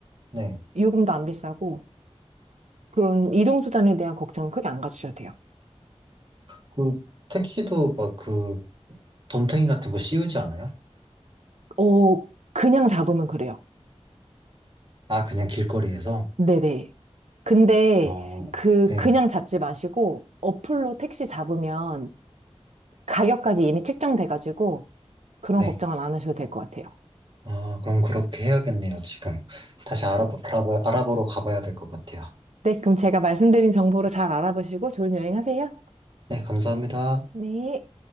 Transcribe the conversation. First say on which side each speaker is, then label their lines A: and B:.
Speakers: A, on the right (about 45°); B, on the right (about 85°).
A: 네.
B: 요금도 안 비싸고, 그런 이동수단에 대한 걱정은 크게 안 가지셔도 돼요.
A: 그 택시도 막 그 덤탱이 같은 거 씌우지 않아요?
B: 어, 그냥 잡으면 그래요.
A: 아, 그냥 길거리에서?
B: 네네. 근데
A: 어,
B: 그,
A: 네.
B: 그냥 잡지 마시고, 어플로 택시 잡으면 가격까지 이미 측정돼가지고, 그런
A: 네.
B: 걱정은 안 하셔도 될 것 같아요.
A: 아, 그럼 그렇게 해야겠네요, 지금. 다시 알아보, 알아보, 알아보러 가봐야 될 것 같아요.
B: 네, 그럼 제가 말씀드린 정보로 잘 알아보시고 좋은 여행 하세요.
A: 네, 감사합니다.
B: 네.